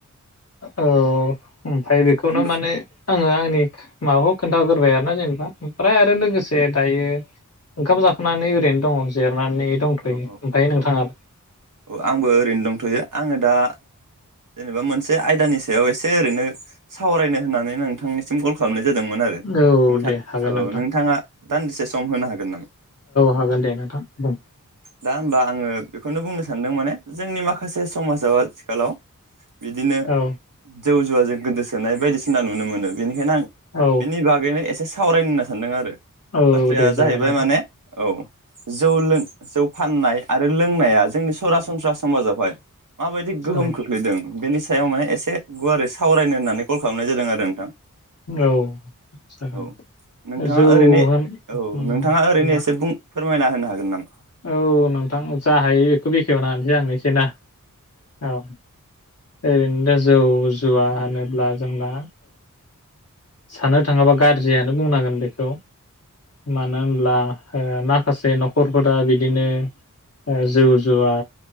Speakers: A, on the left; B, on the right.
A: औ <inaudible> ओमफाय बेखौनो
B: होमबा
A: माने आङो आंनि माबा खोन्थागोरोबाय आरो ना जेनेबा ओमफ्राय आरो लोगोसे दायो ओंखाम जाखांनानै ओरैनो दङ जेर थांनानै दंथ'यो
B: औ
A: ओमफ्राय
B: औ औ
A: नोंथाङाय
B: औ आंबो ओरैनो दंथ'यो आङो दा जेनेबा मोनसे आयदानि सायाव एसे ओरैनो सावरायनो होननानै नोंथांनिसिम कल खालामनोसै जादोंमोन आरो नोंथां
A: औ दे हागोन
B: औ
A: नोंथां
B: नोंथाङा दान्दिसे सम होनो हागोन नामा औ
A: हागोन दे नोंथां बुं
B: दा होनबा आङो बेखौनो बुंनो सानदों माने जोंनि माखासे समाजाव आथिखालाव बिदिनो
A: औ
B: जौ जुवाजों गोदोसोनाय बायदिसिना नुनो मोनो बेनिखायनो आं
A: औ
B: बेनि बागैनो एसे सावरायनो होनना सानदों आरो
A: औ
B: बाथ्राया
A: दे जागोन
B: जाहैबाय
A: नोंथां
B: माने औ जौ लों जौ फाननाय आरो लोंनाया जोंनि सरासनस्रा समाजावहाय माबायदि गोहोम
A: औ
B: खो बेनि सायाव माने एसे गुवारै सावरायनो होननानै कल खालामनाय जादों आरो दो नोंथां
A: औ जागोन
B: औ नोंथाङा
A: जौ
B: ओरैनो
A: होनबा
B: औ नोंथाङा ओरैनो एसे बुं फोरमायना होनो हागोन नामा
A: औ नोंथां जा हायो बेखौ बेखेवनो होनसै आंनोस <unintelligible> औ ओरैनोनो जौ जुवा होनोब्ला जोंना साननो थाङोबा गाज्रियानो बुंनांगोन बे खौ मानो होनब्ला माखासे न'खरफोरा बिदिनो जौ जुवा